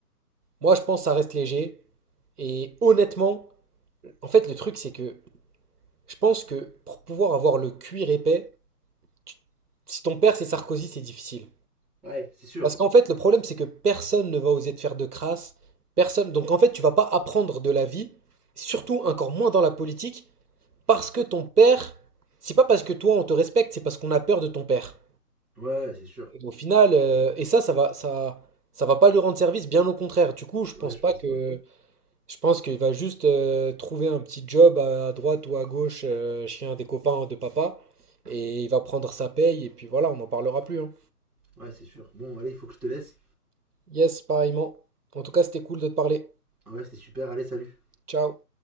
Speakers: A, on the right (about 70°); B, in the centre.
A: Moi, je pense que ça reste léger. Et honnêtement, en fait, le truc, c'est que je pense que pour pouvoir avoir le cuir épais, tu- si ton père c'est Sarkozy, c'est difficile.
B: Ouais, c'est sûr.
A: Parce qu'en fait, le problème, c'est que personne ne va oser te faire de crasse. Personne. Donc en fait, tu vas pas apprendre de la vie, surtout encore moins dans la politique, parce que ton père, c'est pas parce que toi on te respecte, c'est parce qu'on a peur de ton père.
B: Ouais, c'est sûr.
A: Et au final, euh, et ça, ça va, ça, ça va pas lui rendre service, bien au contraire. Du coup, je pense
B: Ouais, je
A: pas
B: pense
A: que,
B: pas.
A: je pense qu'il va juste euh, trouver un petit job à à droite ou à gauche, euh, chez un des copains de papa, et il va prendre sa paye, et puis voilà, on n'en parlera plus, hein.
B: Ouais, c'est sûr. Bon, allez, il faut que je te laisse.
A: Yes, pareillement. En tout cas, c'était cool de te parler.
B: Ouais, c'était super. Allez, salut.
A: Ciao.